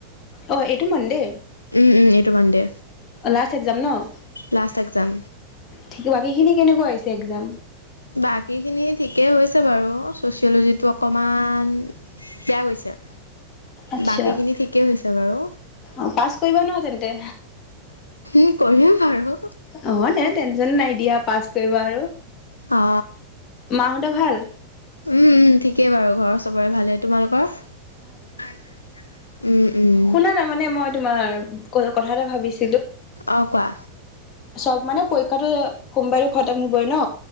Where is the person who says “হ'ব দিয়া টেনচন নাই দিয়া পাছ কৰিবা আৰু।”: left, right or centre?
Left